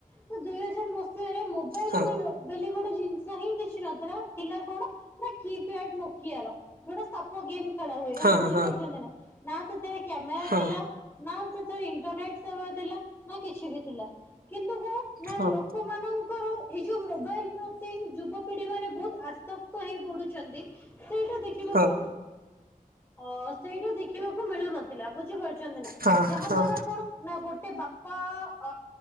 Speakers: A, on the left (about 15°); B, on the right (about 85°).
A: ତ ଦୁଇ ହଜାର ମସିହରେ ମୋବାଇଲ
B: ହଁ
A: ବ ଗୋଟେ ଜିନିଷ ହିଁ କିଛି ନଥିଲା। ଥିଲା କଣ ନା କିପ୍ୟାଡ ନୋକିଆର। ଯୋଉଟା ସାପ ଗେମ ଖେଳ ହୁଏ
B: ହଁ
A: ବୁଝି
B: ହଁ
A: ପାରୁଛନ୍ତି ନା ନା ସେଥି କ୍ୟାମେରା
B: ହଁ
A: ଥିଲା। ନା ସେଥିର ଇଣ୍ଟରନେଟ ସେବା ଥିଲା ନା କିଛି ବି ଥିଲା। କିନ୍ତୁ କଣ ନା
B: ହଁ
A: ଲୋକମାନଙ୍କର। ଏଇ ଯୋଉ ମୋବାଇଲ ପ୍ରତି ଯୁବପିଢି ମାନେ ବହୁତ ଆସ୍ତ। ହେଇ ପଡୁଛନ୍ତି ସେଇଟା ଦେଖିବାକୁ
B: ହଁ
A: ଅ ସେଇଟା ଦେଖ ମିଳୁ ନଥିଲା ବୁଝିପାରୁଛନ୍ତି ନା
B: ହଁ
A: ଯାହା
B: ହଁ
A: ଦ୍ଵାରା କଣ। ନା ଗୋଟେ ବାପା ଅ